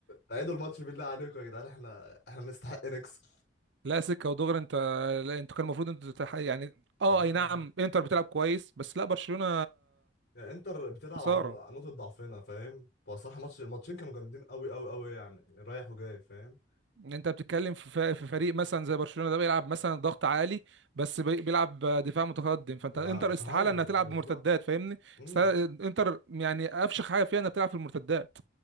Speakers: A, on the left; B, on the right.
A: عيدوا الماتش بالله عليكم يا جدعان احنا احنا نستحق نكسب
B: لا سكه ودغري انت لا انت كان المفروض انت تتح... يعني اه
A: والله
B: اي نعم
A: يعني
B: انتر بتلعب كويس بس لا برشلونه
A: يعني انتر بتلعب
B: خساره
A: عن عن نقطة ضعفنا فاهم هو الصراحة ماتش الماتشين كانوا جامدين قوي قوي قوي يعني رايح وجاي فاهم
B: انت بتتكلم في ف- في فريق مثلا زي برشلونه ده بيلعب مثلا ضغط عالي بس بي- بيلعب دفاع متقدم فانت
A: مع
B: انتر
A: تهور
B: استحاله انها تلعب
A: بالظبط
B: بمرتدات فاهمني
A: إمم.
B: استحالة- انتر يعني افشخ حاجه فيها انها بتلعب في المرتدات